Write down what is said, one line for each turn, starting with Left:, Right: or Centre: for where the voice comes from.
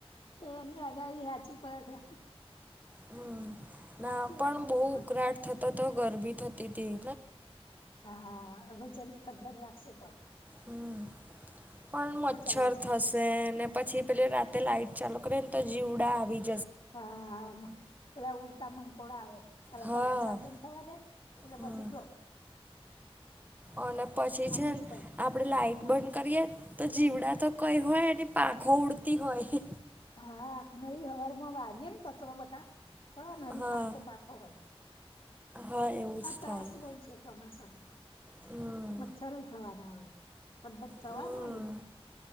Left: કે એની આગાહી સાચી પડે છે.
Right: હમ
Left: સાચી
Right: ના પણ
Left: વાત છે
Right: બહુ
Left: હા
Right: ઉકળાટ થતો તો ગરબી થતી હતી.
Left: હા હવે જ્યારેક ઠંડક નાખશેો પણ.
Right: હમ પણ મચ્છર
Left: શું ચાલે છે
Right: થશે ને. પછી પેલે રાતે લાઈટ ચાલુ કરી ને તો જીવડા આવી જ.
Left: હા પલા ઉલતા મકોડા આવે. એ
Right: હા
Left: વરસાદ બંધ થવા દે એટલે
Right: હમ
Left: પછી જો.
Right: અને પછી
Left: મમ્મી
Right: છે
Left: શું કરે
Right: આપડે લાાઈટ
Left: હે
Right: બંધ. કરીએ તો જીવડા તો કઈ હોય ને પાંખો ઉડતી હોય.
Left: હા નળી હવાર માં વાગે ને કચરો બકા તો નળ
Right: હા
Left: પાંખો પાંખો હોય.
Right: હા એવું
Left: આ
Right: જ
Left: ત્રાસ
Right: થાય
Left: બહુ છે ચોમાસામાં
Right: હમ
Left: મચ્છર નહી થવાના આવે. તદક થવાનું
Right: હમ
Left: હોય ને